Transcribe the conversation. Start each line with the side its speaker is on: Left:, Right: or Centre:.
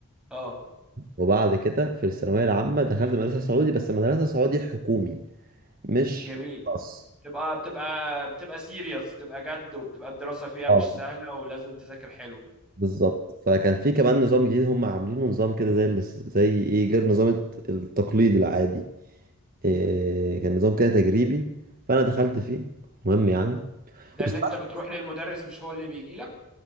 Centre: اه
Right: وبعد كده في الثانوية العامة دخلت مدرسة سعودي بس مدرسة سعودي حكومي مش
Centre: جميل
Right: خاص
Centre: بتبقى بتبقى بتبقى سيريس بتبقى جد وبتبقى الدراسة فيها
Right: اه
Centre: مش سهلة ولازم تذاكر حلو
Right: بالظبط فكان في كمان نظام جديد هم عاملينه نظام كده زي الاس- زي ايه غير نظام الت- التقليدي العادي إيه كان نظام كده تجريبي فانا دخلت فيه مهم يعني
Centre: ده
Right: وساعات-
Centre: اللي انت بتروح للمدرس مش هو اللي بيجي لك